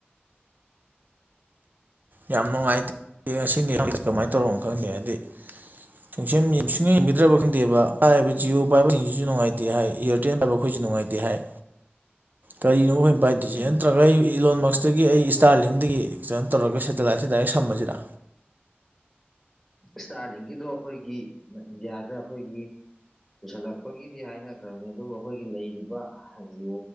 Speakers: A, on the right; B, in the centre.
A: ꯌꯥꯝ ꯅꯨꯡꯉꯥꯏꯇꯦ ꯉꯁꯤꯅꯤ ꯀꯃꯥꯏꯅ ꯇꯧꯔꯣꯅꯣ ꯈꯪꯗꯦ ꯍꯥꯏꯗꯤ ꯨꯡꯁ ꯁꯨꯡꯁꯕꯤꯗ꯭ꯔꯕ ꯈꯪꯗꯦꯕ ꯄꯥꯏꯔꯤꯕ ꯖꯤꯑꯣ ꯄꯥꯏꯕꯁꯤꯡꯁꯤꯁꯨꯅꯨꯡꯉꯥꯏꯇꯦ ꯍꯥꯏ ꯑꯦꯌꯥꯔꯇꯦꯜ ꯄꯥꯏꯕ ꯍꯣꯏꯖꯤ ꯉꯥꯏꯗꯤꯍꯥꯏ
B: <inaudible>
A: ꯀꯔꯤꯅ ꯐ ꯕꯥꯏꯠ ꯗꯤꯖꯦ
B: ꯎꯝ
A: ꯅꯠꯇ꯭ꯔꯒ ꯑꯩ ꯏꯂꯣꯟꯃꯁꯇꯒꯤ ꯑꯩ ꯏꯁꯇꯥꯔꯂꯤꯡꯗꯒꯤ ꯀꯩꯅꯣ ꯇꯧꯔꯒ ꯁꯦꯇꯦꯂꯥꯏꯠꯁꯦ ꯗꯥꯏꯔꯦꯛ ꯁꯝꯕꯁꯤꯗ
B: ꯏꯁꯇꯥꯔꯂꯤꯡꯒꯤꯗꯣ ꯑꯩꯈꯣꯏꯒꯤ ꯏꯟꯗꯤꯌꯥꯗ ꯑꯩꯈꯣꯏꯒꯤ ꯄꯨꯁꯜꯂꯛꯄꯒꯤꯗꯤ ꯍꯥꯏꯅꯈ꯭ꯔꯕꯅꯤ ꯑꯗꯨꯕꯨ ꯑꯩꯈꯣꯏꯒꯤ ꯂꯩꯔꯤꯕ ꯍꯖꯤ